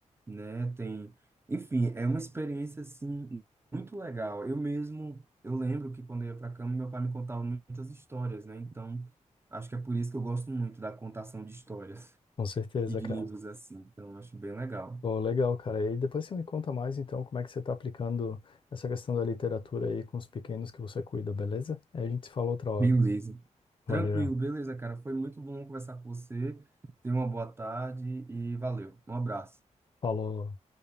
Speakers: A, on the right; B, on the left.
A: né? Tem, enfim, é uma experiência assim muito legal. Eu mesmo, eu lembro que quando eu ia para a cama, meu pai me contava muitas histórias, né? Então, acho que é por isso que eu gosto muito da contação de histórias
B: com certeza,
A: <laughs> e de
B: cara.
A: livros assim. Então, acho bem legal.
B: Pô, legal, cara. E depois você me conta mais, então, como é que você está aplicando essa questão da literatura aí com os pequenos que você cuida, beleza? Aí a gente se fala outra hora.
A: Beleza.
B: Valeu.
A: Tranquilo, beleza, cara. Foi muito bom conversar com você. Tenha uma boa tarde e valeu. Um abraço.
B: Falou.